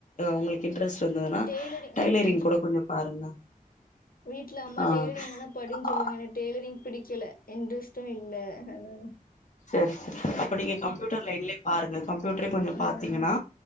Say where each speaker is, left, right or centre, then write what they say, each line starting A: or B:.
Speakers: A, on the left (about 55°); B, on the left (about 80°).
A: உங்களுக்கு இன்ட்ரெஸ்ட் இருந்துன்னா
B: டெய்லரிங்
A: டைலரிங்
B: ஆஹா
A: கூட கொஞ்சம் பாருங்க
B: வீட்டுல அம்மா
A: ஆ
B: டெ்ரிங் வேண்ணா படின்னு சொல்லுவாங்க என டெ்ரிங் பிடிக்கல இன்டஸ்டும் இல்ல அனா
A: செரி அப்ப நீங்க கம்ப்யூட்டர் லைன்லே பாருங்க கம்ப்யூட்டரே கொஞ்சம்
B: ம்
A: பாத்தீங்கன்னா